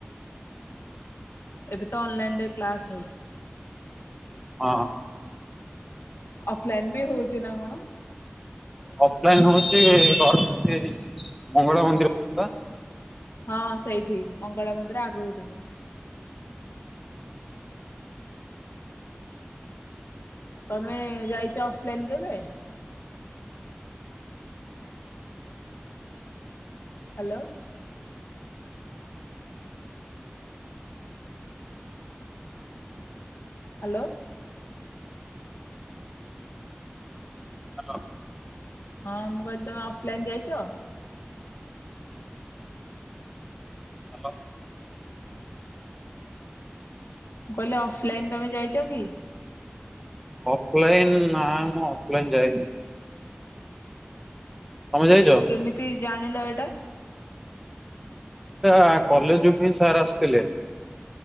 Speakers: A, on the left; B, in the centre.
A: ଏବେ ତ ଅନଲାଇନରେ କ୍ଲାସ ହଉଛି।
B: ହଁ ହଁ
A: ଅଫଲାଇନ ବି ହଉଛି ନା କଣ?
B: ଅଫଲାଇନ ହଉଛି ଘ ମଙ୍ଗଳା ମନ୍ଦିର। ପା
A: ହଁ ସେଇଠି ମଙ୍ଗଳା ମନ୍ଦିର ଆଗକୁ ଟିକେ। ତମେ ଯାଇଚ ଅଫଲାଇନ୍ କେବେ? ହାଲୋ ହାଲୋ
B: ହାଲୋ
A: ହଁ ମୁଁ କହିଲି ତମେ ଅଫଲାଇନ୍ ଯାଇଛ?
B: ହାଲୋ
A: କହିଲି ଅଫଲାଇନ୍ ତମେ ଯାଇଛ କି?
B: ଅଫଲାଇନ୍ ନା ମୁଁ ଅଫଲାଇନ୍ ଯାାଇନି। ତମେ ଯାଇଚ?
A: କେମିତି ଜାଣିଲ ଏଇଟା?
B: ଟା କଲେଜୁ କୁ ହିଁ ସାର୍ ଆସିଥିଲେ।